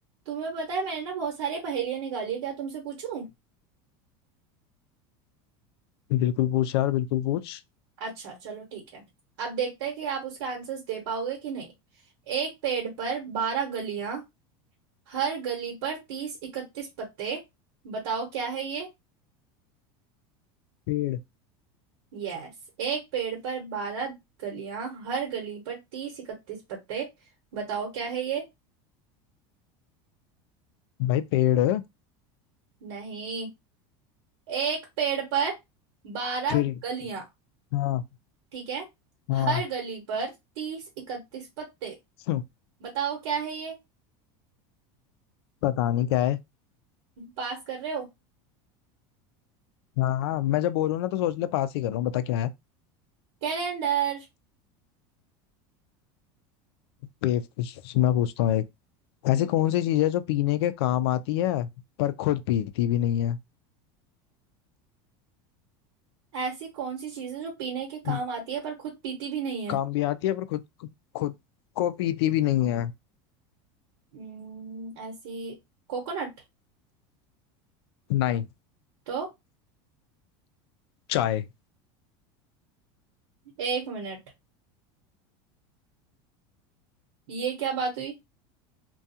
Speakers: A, on the right; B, on the left.
A: तुम्हें पता है मैंने ना बहुत सारे पहेलियां निकाली है क्या तुमसे पूछूं
B: बिल्कुल पूछ यार बिल्कुल पूछ
A: अच्छा चलो ठीक है अब देखते हैं कि आप उसके आंसर्स दे पाओगे कि नहीं एक पेड़ पर बारह गलियां हर गली पर तीस इकतीस पत्ते बताओ क्या है ये
B: पेड़
A: यस एक पेड़ पर बारह गलियां हर गली पर तीस इकतीस पत्ते बताओ क्या है ये
B: भाई पेड़
A: नहीं एक पेड़ पर बारह
B: फिर
A: गलियां
B: हाँ
A: ठीक है
B: हाँ
A: हर गली पर तीस इकतीस पत्ते
B: हम्म,
A: बताओ क्या है ये
B: पता नहीं क्या है
A: पास कर रहे हो
B: हाँ हाँ मैं जब बोलूँ ना तो सोच ले पास ही कर रहा हूँ बता क्या है
A: कैलेंडर
B: बेवकूफ मैं पूछता हूँ एक ऐसी
A: हम्म
B: कौन सी चीज है जो पीने के काम आती है पर खुद पीती भी नहीं है
A: ऐसी कौन सी चीज है जो पीने के काम
B: हम्म,
A: आती है पर खुद पीती भी नहीं है
B: काम भी आती है पर खुद खुद को पीती भी नहीं है
A: हम्म, ऐसी कोकोनट
B: नहीं
A: तो
B: चाय
A: एक मिनट ये क्या बात हुई